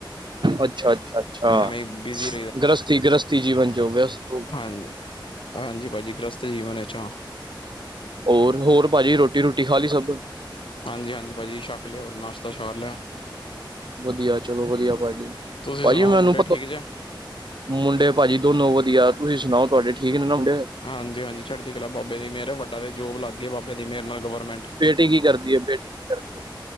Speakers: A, on the right; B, on the left.
A: ਅੱਛਾ, ਅੱਛਾ, ਅੱਛਾ,
B: ਐਵੇਂ ਬਿਜ਼ੀ
A: ਗ੍ਰਸਤੀ, ਗ੍ਰਸਤੀ ਜੀਵਨ ਚ ਔ ਵਯਸਤ।
B: ਹਾਂਨ, ਹਾਂਜੀ ਭਾਜੀ ਗ੍ਰਸਤ ਜੀਵਨ ਚ, ਹਾਂ।
A: ਔਰ, ਹੋਰ ਭਾਜੀ ਰੋਟੀ ਰੂੱਟੀ ਖਾ ਲੀ ਸਬ?
B: ਹਾਂਜੀ, ਹਾਂਜੀ ਭਾਜੀ ਸ਼ੱਕ ਲੇਆ ਹੋਰ ਨਾਸ਼ਤਾ ਸਾਰ ਲੇਆ?
A: ਵਦੀਆ ਚਲੋ ਵਦੀਆ ਭਾਜੀ,
B: ਤੁਸੀਂ
A: ਭਾਜੀ
B: ਸੁਣਾਓ
A: ਮੈਨੂੰ
B: ਮੁੰਡੇ
A: ਪਤ
B: ਠੀਕ ਜੇ
A: ਮੁੰਡੇ ਭਾਜੀ ਦੋਨੋ ਵਦੀਆ, ਤੁਸੀਂ ਸੁਨਾਓ ਤੁਆਡੇ ਠੀਕ ਨੇ ਨਾ ਊੰ
B: ਹਾਂਜੀ, ਹਾਂਜੀ ਚੜਦੀ ਕਲਾ ਬਾਬੇ ਦੀ ਮੇਰ ਐ ਵੱਡਾ ਤੇ ਜੋਬ ਲੱਗ ਗੀ ਏ ਬਾਬੇ ਦੀ ਮੇਰ ਨਾਲ ਗਵਰਮੈਂਟ।
A: ਟੀ ਕੀ ਕਰਦੀ ਏ ਬੇਟੀ? ਕਰਦੀ ਹੈ